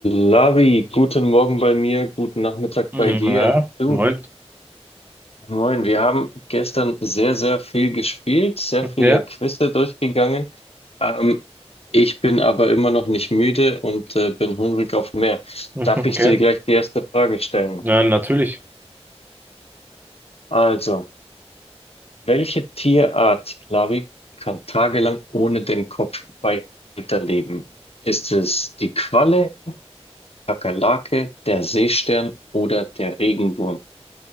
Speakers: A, on the left (about 65°); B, on the right (about 15°).
A: Lavi, guten Morgen bei mir, guten Nachmittag
B: Mhm,
A: bei dir.
B: Ja,
A: Du,
B: moin.
A: moin, wir haben gestern sehr, sehr viel gespielt, sehr viele
B: Ja,
A: Quizze durchgegangen. Ähm, ich bin aber immer noch nicht müde und äh, bin hungrig auf mehr.
B: <laughs> mhm,
A: Darf ich
B: okay.
A: dir gleich die erste Frage stellen?
B: Ja, natürlich.
A: Also, welche Tierart, Lavi, kann tagelang ohne den Kopf weiterleben? Ist es die Qualle, Kakerlake, der Seestern oder der Regenwurm?